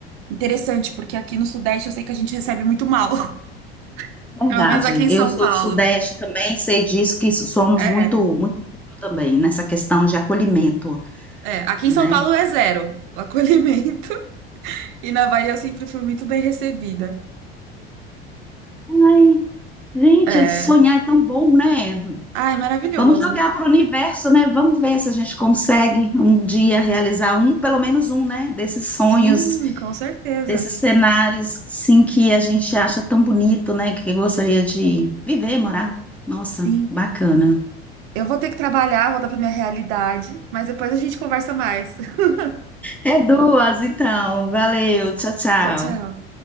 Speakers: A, on the right; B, in the centre.
A: interessante, porque aqui no Sudeste eu sei que a gente recebe muito mal. <laughs>
B: verdade.
A: Pelo menos aqui em
B: Eu
A: São
B: sou
A: Paulo.
B: do Sudeste também, sei disso que somos
A: É,
B: muito, muito frio também nessa questão de acolhimento,
A: é. Aqui
B: né?
A: em São Paulo é zero o acolhimento. <laughs> E na Bahia eu sempre fui muito bem recebida.
B: Ai, gente,
A: É.
B: sonhar é tão bom, né?
A: Ai, maravilhoso.
B: Vamos jogar para o universo, né? Vamos ver se a gente consegue um dia realizar um, pelo menos um, né? Desses
A: Sim,
B: sonhos
A: com certeza.
B: desses cenários, sim, que a gente acha tão bonito, né? Que gostaria de viver, morar. Nossa,
A: Sim.
B: bacana.
A: Eu vou ter que trabalhar, voltar para minha realidade, mas depois a gente conversa mais. <laughs>
B: É duas, então. Valeu, tchau, tchau.
A: Tchau, tchau.